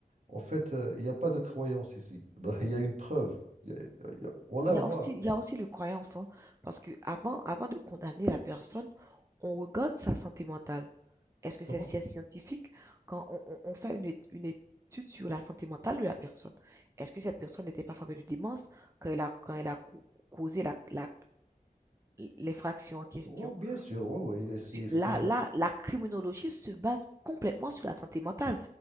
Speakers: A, on the right; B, on the right.
A: En fait, euh, il n'y a pas de croyance ici. <laughs> Donc, Il y a une preuve. Il y a- il y a- on la
B: Il y
A: voit.
B: a aussi, il y a aussi le croyance, hein, parce que avant, avant de condamner la personne, on regarde sa santé mentale. Est-ce que
A: Comment?
B: c'est c'est scientifique quand on, on- on fait une, ét- une étude sur la santé mentale de la personne? Est-ce que cette personne n'était pas frappée de démence quand elle a, quand elle a cau- causé la, la- l'effraction en question?
A: Oui, bien sûr. Oui, oui. il est- c'est-
B: Sur-
A: c'est
B: Là,
A: la-
B: là, la criminologie se base complètement sur la santé mentale